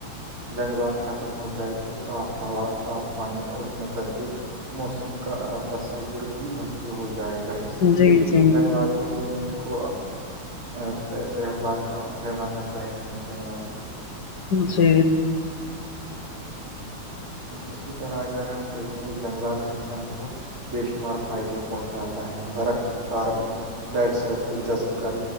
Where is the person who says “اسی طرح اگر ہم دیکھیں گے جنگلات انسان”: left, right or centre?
Right